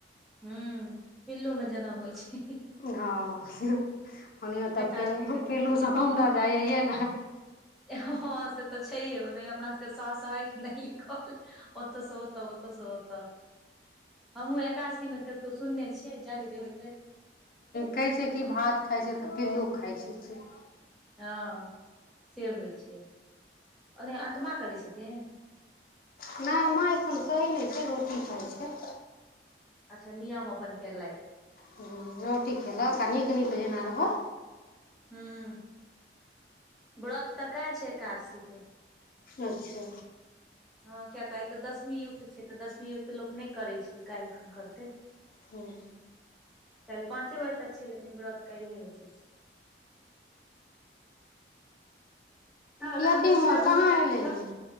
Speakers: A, in the centre; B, on the left.
A: हं पिल्लू में जनम होई छै
B: हाँ ओन तऽ
A: एकादशी
B: फे
A: के
B: पी्लूसँ
A: कहै
B: कम दर्जा अहिए ने
A: हाँ से तऽ छैे ओनहिओ अपना सब के से नहि लिखल ओतऽ सेत ओतऽ हमहुँ एकादशी में कतो सुनने छियै जज्ञ जे हो
B: कहै छै कि भात खाई छै तऽ पिल्लू खाई छै से
A: हाँ से होए छै ओने आहाँ के माँ करै छथिन
B: ना माँ एखन पाइन सही नय छै रोटी खाई छै
A: अच्छा नियम अपन के लयथ
B: हाँ रोटी खेलक आ नीक नीक जेना रहल
A: हाँ व्रत तऽ काहिल छै एकादशी के
B: अच्छा
A: हँ किया तऽ आइ तऽ दसमी युक्त छै तऽ दसमी युक्त लोक नहि करैत छै, काल्हि खन करते
B: हूँ।
A: काल्हि पाँचे बजे तक छै, लेकिन व्रत काल्हि हेतै। तल
B: ई
A: अहाँकेँ
B: अथीमे
A: के रहल
B: कहाँ
A: प्रैक्ट
B: एलै ये